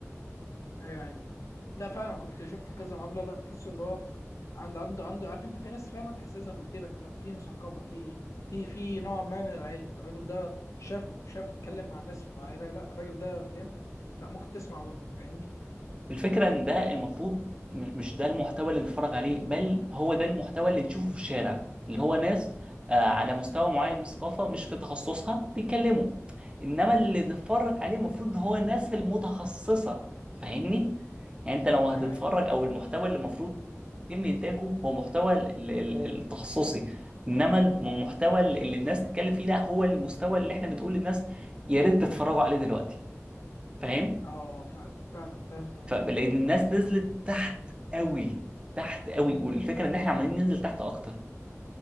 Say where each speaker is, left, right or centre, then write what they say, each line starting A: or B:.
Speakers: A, on the left (about 70°); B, on the right (about 20°).
A: ايوه ايوه لا فعلا كنت شفت في كذا مقابله لا تحس ان هو عنده عنده عنده عارف انت في ناس فعلا تحسها زي ما قلت لك لا في مثقفه في في في نوع ما من العلم الراجل ده شاف شاف اتكلم مع ناس معينه لا الراجل ده فاهم لا ممكن تسمع منه فاهمني
B: الفكره ان ده المفروض م- مش ده المحتوى اللي نتفرج عليه بل هو ده المحتوى اللي نشوفه في الشارع اللي هو ناس آه، على مستوى معين من الثقافه مش في تخصصها بيتكلموا انما اللي نتفرج عليه المفروض ان هو الناس المتخصصه فاهمني يعني انت لو
A: ايوه
B: هتتفرج
A: ايوه
B: او المحتوى اللي المفروض يتم انتاجه هو محتوى ال- ال- التخصصي انما المحتوى اللي الناس تتكلم فيه ده هو المستوى اللي احنا بنقول للناس يا ريت تتفرجوا عليه دلوقتي فاهم
A: اه فعلا فعلا فهمت قصدك
B: فلان
A: ايه ايوه
B: الناس
A: ايوه
B: نزلت تحت قوي تحت قوي والفكره ان احنا عمالين ننزل تحت اكتر